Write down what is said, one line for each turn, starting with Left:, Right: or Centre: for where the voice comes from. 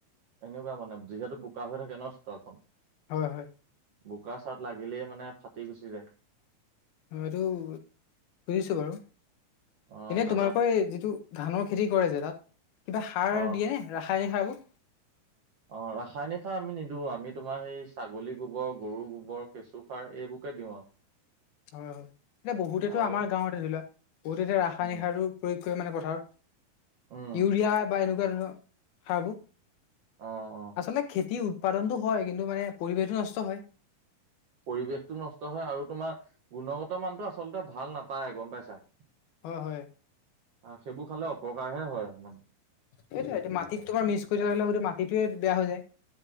Right: এনেকুৱা মানে যিহেতু বোকা হৈ থাকে ন চোতালখন।
Left: হয় হয়।
Right: বোকা চাট লাগিলেই মানে ফাটি গুচি যায়।
Left: এইটো বুজিছোঁ বাৰু,
Right: অ
Left: এনেই
Right: তাৰপৰা
Left: তোমালোকৰ এই যিটো- ধানৰ খেতি কৰে যে তাত, কিবা সাৰ
Right: অ
Left: দিয়ে নে ৰাসায়নিক সাৰবোৰ?
Right: অ ৰাসায়নিক সাৰ আমি নিদো আমি তোমাৰ সেই ছাগলী গোবৰ গৰু গোবৰ কেঁচু সাৰ এইবোৰকে দিওঁ আৰু। <inaudible>
Left: হয় হয় এতিয়া বহুতেতো
Right: আৰু
Left: আমাৰ গাঁৱতে ধৰি লোৱা, বহুতে এতিয়া ৰাসায়নিক
Right: উম
Left: সাৰ- প্ৰয়োগ কৰে মানে পথাৰত,
Right: উম
Left: ইউৰিয়া বা এনেকুৱা ধৰৰ সাৰবোৰ।
Right: অ অ
Left: আচলতে খেতি উৎপাদনতটো হয় কিন্তু মানে পৰিৱেশটো নষ্ট হয়।
Right: পৰিৱেশটো নষ্ট হয় আৰু তোমাৰ গুণগত মানটো আচলতে ভাল নাপায় গম পাইছা।
Left: হয় হয়
Right: অ সেইবোৰ খালে অপকাৰহে হয় মানে।
Left: সেইটো এইটো মাটিত তোমাৰ মিচ কৰি থাকিলে সেই মাটিটোয়ে বেয়া হৈ যায়।